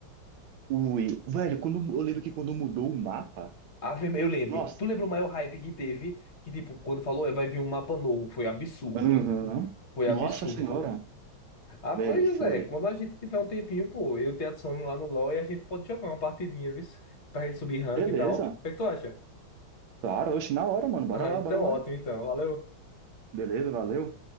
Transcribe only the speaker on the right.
Ui, velho, quando, eu lembro que quando mudou o mapa,
nossa,
aham,
nossa
senhora,
velho,
foi.
Beleza,
claro, oxe, na hora, mano,
bora lá,
bora
lá.
Beleza, valeu.